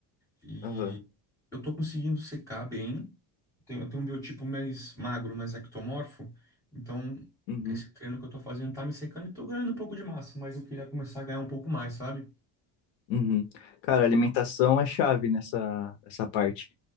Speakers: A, in the centre; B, on the left (about 65°).
A: E
B: Aham.
A: eu tô conseguindo secar bem. Tenho- eu tenho um biotipo mais magro, mais ectomorfo. Então,
B: Uhum.
A: esse treino que eu tô fazendo tá me secando e tô ganhando um pouco de massa, mas eu queria começar a ganhar um pouco mais, sabe?
B: Uhum. Cara, alimentação é chave nessa, nessa parte.